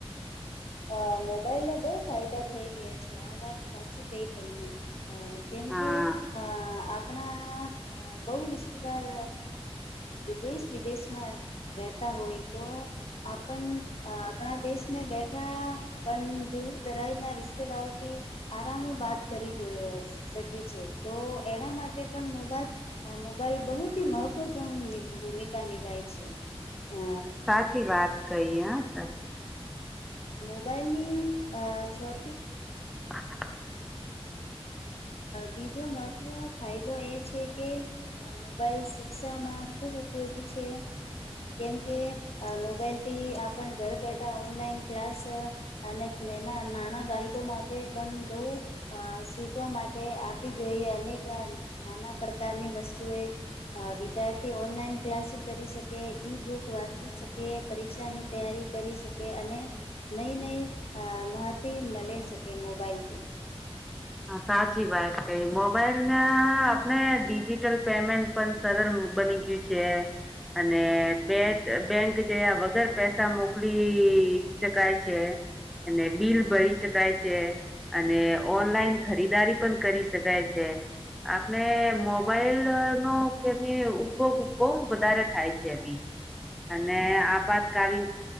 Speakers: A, on the left; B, in the centre.
A: હા મોબાઈલ ના બહુ ફાયદા થઈ ગયા છે આ વાત સાચી કઈ તમને અ કેમ
B: હા
A: કે અ આપણા બહ રિશ્તેદાર દેશ વિદેશમાં રહેતા હોય તો આપણ આપણા દેશમાં બેઠા પણ દૂરદરાજના રિશ્તેદારોથી આરામ બાત કરી શકી છે તો એના માટે પણ મોબા મોબાઈલ બહુથી મહત્વ મહત્વપૂર્ણ ભૂમિકા નિભાય છે અ
B: સાચી વાત કહી હ બસ
A: મ મોબાઈલની છટીિક
B: <inaudible>
A: બીજો મહત્ત્વ ફાયદો એ છે કે મોબાઈલ શિક્ષામાં ખૂબ ખૂ ઉપયોગી છે કેમકે મોબાઈલથી આપણ ઘર બેઠા ઓનલાઈન ક્લાસ અને ના નાણા ગાલ્કું માથેકુ અ સીખ શીખવવા માટે આપી જોઈએ, અનેક નાના પ્રકારની વસ્તુએ. વિદ્યાર્થી ઓનલાઈન ક્લાસી કરી શકે ઈ બુક વાંચી શકે પરીક્ષાની તૈયારી કરી શકે, અને નઈ નઈ મહતી મળે છે. મોબાઈલથી
B: સાચી વાત ક‌ઈ મોબાઈલ ના આપણે ડિજિટલ પેમેન્ટ પણ સરળ બની. ચુક્યું છે. અને બેંક બેંક જયા વગર પૈસા મોકલી શકાય છે. અને બિલભરી શકાય છે, અને ઓનલાઈન ખરીદારી પણ કરી શકાય છે. આપડે મોબાઈલ નો કે એની ઉપયોગ બહુ વધારે થાય છે, તી
A: હ <inaudible>
B: અને આપાતકાલીન